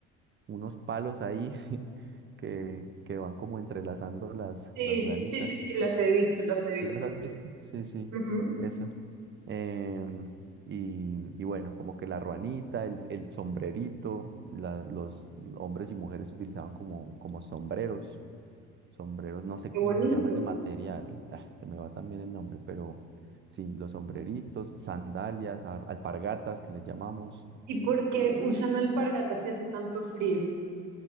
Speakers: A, on the right (about 35°); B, on the right (about 65°).
A: unos palos ahí <laughs> que, que van como entrelazando las,
B: Sí,
A: las lanitas.
B: sí, sí, sí, las he visto, las he visto.
A: ¿Sí las has visto? Sí, sí,
B: Ujú,
A: eso. Em, y, y bueno, como que la ruanita, el, el sombrerito, la- los hombres y mujeres utilizaban como, como sombreros, sombreros, no sé
B: Qué
A: cómo
B: bonito.
A: se llama ese material, ah, se me va también el nombre, pero sí, los sombreritos, sandalias, ar- alpargatas que les llamamos,
B: ¿Y por qué usan alpargatas si hace tanto frío?